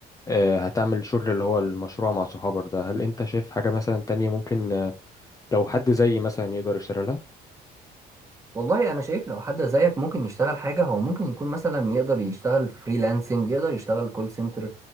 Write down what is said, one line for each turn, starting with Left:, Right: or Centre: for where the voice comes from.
Left: آه، هتعمل شغل اللي هو المشروع مع صحابك ده هل انت شايف حاجه مثلا تانية ممكن آه، لو حد زيي مثلا يقدر يشتغلها
Right: والله انا شايف لو حد زيك ممكن يشتغل حاجه هو ممكن يكون مثلا يقدر يشتغل فريلانسنج يقدر يشتغل كول سنتر